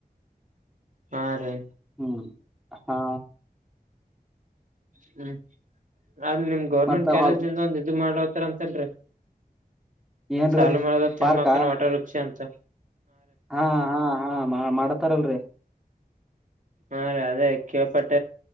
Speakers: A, on the right; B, in the centre.
A: ಹಾ -ರೀ.
B: ಹ್ಮ್. ಹಾ
A: ಹ್ಮ್. ಅಲ್ ನಿಮ್ ಗೌರ್ಮೆಂಟ್
B: ಮತ್ತ
A: ಕಾಲೇಜಿಂದ
B: ಹೊಲ್
A: ಒಂದ್ -ಇ- ಮಾಡ್ತರ ಅಂತಲ್ರರಿ.
B: ಏನ್ರೀ
A: ಸಾಲು ಮರದ ತಿಮ್ಮಮ್ಮಕ್ಕನ
B: ಪಾರ್ಕಾ
A: ವಾಟರ್ ವೃಕ್ಷ ಅಂತ.
B: ಹಾ- ಹಾ -ಹಾ -ಮಾಡತಾರಲ್ರಿ.
A: ಹಾ- ರೀ -ಅದೇ ಕಿವಪಟ್ಟ